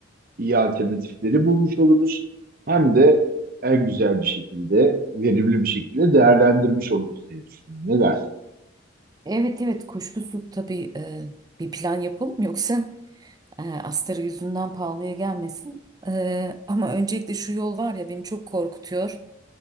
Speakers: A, on the right; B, on the right.
A: iyi alternatifleri bulmuş oluruz hem de en güzel bir şekilde, verimli bir şekilde değerlendirmiş oluruz diye düşünüyorum. Ne dersin?
B: Evet evet kuşkusuz tabii e, bir plan yapalım yoksa e, astarı yüzünden pahalıya gelmesin. E, ama öncelikle şu yol var ya beni çok korkutuyor.